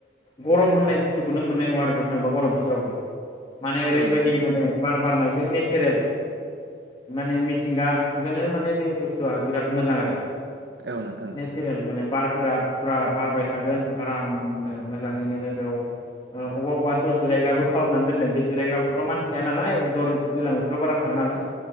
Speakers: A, on the left; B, on the right.
A: गरम होननाय बुस्थुखौ नों मोननाय नङा आरो बेवथाङोबा गरम बोथोरावबो। माने ओरैबायदि
B: औ नोंथां
A: माने बार बारनाय। जों नेचारेल माने मिथिंगा जोंङो माने बे बुस्थुआ बिराद मोजां आरो।
B: औ नोंथां औ
A: नेचारेल माने बार <unintelligible> फुरा बारबाय थागोन आरामनो मोजाङै नोंङो बेयाव अबेबा- अबेबाथ' जिरायग्राबो खालामनानै दोनदों बे जिरायग्राफ्राथ' मानसि थाया नालाय दर दैज्लां बोथोराव बारा थाङा नालाय।